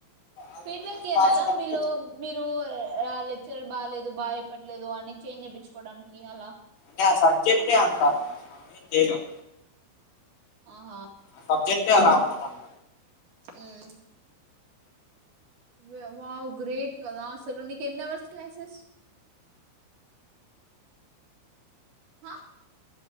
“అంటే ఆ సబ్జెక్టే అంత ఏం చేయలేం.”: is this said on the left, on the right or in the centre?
Left